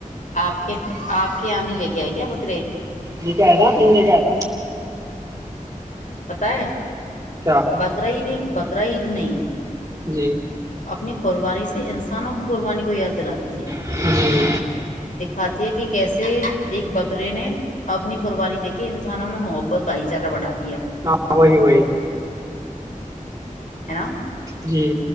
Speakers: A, on the left; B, on the right.
A: آپ کے آپ کی آنی لے کے آئے کیا بکرے
B: لےکے آیا تھا تین لیکے ایا تھا میں
A: پتا ہے
B: کیا
A: بقرا عید ایک بقرا عید نہیں
B: جی
A: اپنی قربانی سے انسانوں کی قربانی کو یاد دلات
B: جی
A: دکھاتی ہے کہ کیسے ایک بکرے نے اپنی قربانی دیکھے انسانوں میں محبت بھائی چارہ بڑا دیا ہے
B: ہاں وہی وہی
A: ہے نا
B: جی